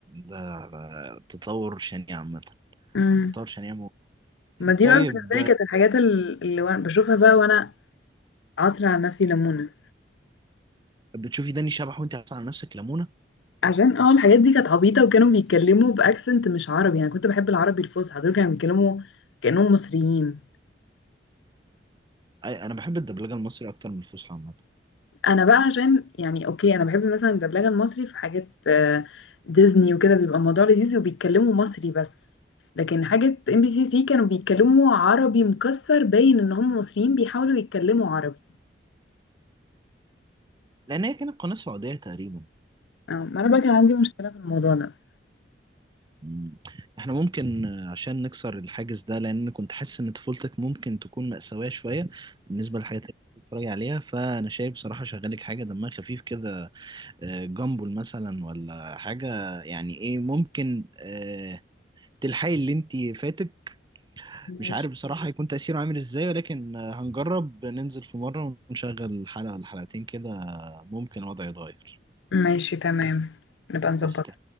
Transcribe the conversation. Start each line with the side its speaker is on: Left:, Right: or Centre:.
Right: ده ده تطور شنيع عامة
Left: مم.
Right: تطور شنيع مو...
Left: ما دي
Right: طيب
Left: بقى بالنسبة لي
Right: آه،
Left: كانت الحاجات ال- اللي وأنا- بشوفها بقى وانا عصر على نفسي ليمونة
Right: بتشوفي داني شبح وانت عاطفة على نفسك لمونة
Left: عشان اه الحاجات دي كانت عبيطة وكانوا بيتكلموا بأكسنت مش عربي أنا كنت بحب العربي الفصحى دول كانوا بيتكلموا كأنهم مصريين
Right: أي- انا بحب الدبلجة المصري اكتر من الفصحى عامة
Left: أنا بقى عشان يعني أوكي أنا بحب مثلا الدبلجة المصري في حاجات آه، ديزني وكده بيبقى الموضوع لذيذ وبيتكلموا مصري بس لكن حاجة ام بي سي 3 كانوا بيتكلموا عربي مكسر باين إن هم مصريين بيحاولوا يتكلموا عربي
Right: لان هي كانت قناة سعودية تقريبا
Left: آه، ما أنا بقى كان عندي مشكلة في الموضوع ده
Right: مم. احنا ممكن آه، عشان نكسر الحاجز ده لان كنت حاسس ان طفولتك ممكن تكون مأساوية شوية بالنسبة للحاجات اللي كنت بتتفرج عليها فانا شايف بصراحة شغالك حاجة دمها خفيف كده آه، جامبل مثلا ولا حاجة يعني ايه ممكن آه، تلحقي اللي انت فاتك
Left: ماشي
Right: مش عارف بصراحة هيكون تأثيره عامل ازاي ولكن آه، هنجرب ننزل في مرة ونشغل حلقة ولا حلقتين كده آه، ممكن الوضع يتغير
Left: ماشي تمام نبقى نظبط
Right: خلاص